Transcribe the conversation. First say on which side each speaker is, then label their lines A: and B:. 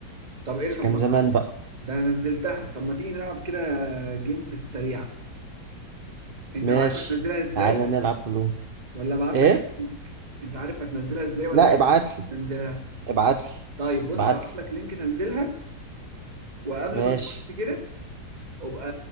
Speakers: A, on the right (about 25°); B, on the right (about 45°).
A: طب ايه
B: بس
A: ده؟ طب
B: كان زمان بقى
A: ده انا نزلتها طب ما تيجي نلعب كده جيم في السريع انت
B: ماشي
A: عارف هتنزلها ازاي
B: تعالى نلعب بلور
A: ولا ابعت
B: ايه
A: لك اللينك انت عارف هتنزلها ازاي ولا
B: لا
A: ابعت
B: ابعتلي
A: لك تنزلها
B: ابعتلي
A: طيب بص
B: ابعتلي
A: هبعت لك لينك تنزلها وقبل
B: ماشي
A: ما نخش كده ابقى